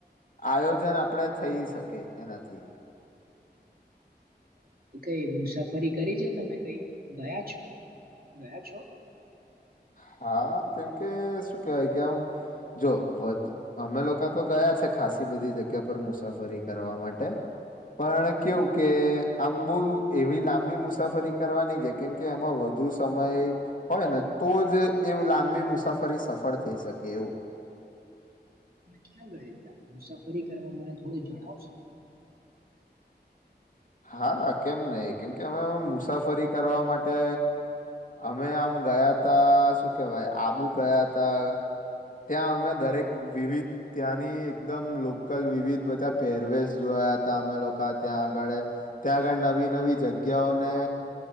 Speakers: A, on the left; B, on the right.
A: આયોજન આપડે થઈ શકે એનાથી.
B: કઈ મુસાફરી કરી છે તમે કઈ ગયા છો? ગયા છો?
A: હા કેમકે શું કેવાય કે આમ જો અમે લોકો તો ગયા છે ખાસ. થી બધી જગ્યા પર મુસાફરી કરવા માટે. પણ કેવું કે આમ બહુ એવી લાંબી મુસાફરી કરવા નહી ગયા કેમ કે અમે વ ધુ સમય હોય ને. તો જ એવું લાંબી મુસાફરી સફળ થઈ શકે એવું.
B: તમે ક્યાં ગયેલા મુસાફરી કરવા મને થોડું જણાવશો? <inaudible>
A: હા કેમ નહી કેમ કે અમે મુસાફરી કરવા માટે અમે આમ ગયા તા શું કેવાય આબુ ગયા તા. ત્યાં અમે દરેક વિવિધ ત્યાંની એકદમ લોકલ વિવિધ બધા પહેરવેેશ જોવા ગયા તા અમે લોકો ત્યાં આગળે ત્યાં આગળ નવી નવી જગ્યાઓને